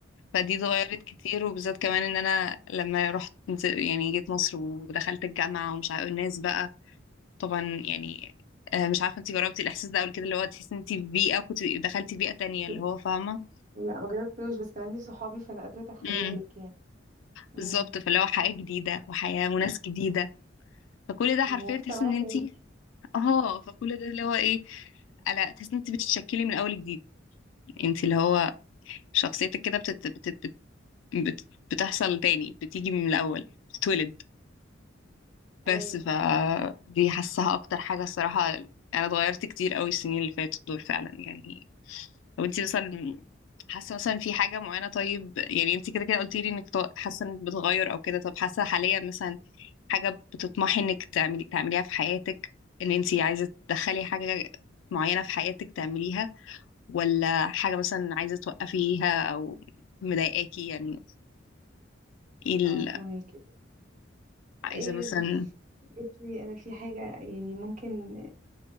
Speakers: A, on the left (about 75°); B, on the right (about 40°).
A: فدي اتغيرت كتير وبالذات كمان ان انا لما رحت نز- يعني جيت مصر ودخلت الجامعه ومش عارفه الناس بقى طبعا يعني آه مش عارفه انت جربتي الاحساس ده قبل كده اللي هو تحسي انت في بيئه كنت دخلتي بيئه تانية
B: بل-
A: اللي هو فاهمه
B: لا ما جربتوش بس كان عندي صحابي فأنا قادرة أتخيلك
A: امم
B: يعني امم
A: بالظبط فاللي هو حياه جديده وحياه وناس جديده فكل ده حرفيا
B: مجتمع
A: تحسي ان انت
B: تاني
A: اه فكل ده اللي هو ايه لا تحس ان انت بتتشكلي من اول جديد انت اللي هو شخصيتك كده بتت... بت... بت... بت... بتحصل تاني بتيجي من الاول بتتولد بس
B: ايوه
A: ف دي حاساها اكتر حاجة الصراحة انا اتغيرت كتير قوي السنين اللي فاتت دول فعلا يعني طب انت مثلا حاسة مثلا في حاجة معينة طيب يعني انت كده كده قلتي لي انك ط- حاسة انك بتغير او كده طب حاسة حاليا مثلا حاجة بتطمحي انك تعملي تعمليها في حياتك ان انت عايزة تدخلي حاجة معينة في حياتك تعمليها ولا حاجة مثلا عايزة توقفيها او مضايقاكي يعني ايه ال-
B: اه فهماكي
A: عايزة
B: ايه
A: مثلا
B: بصي انا في حاجه يعني ممكن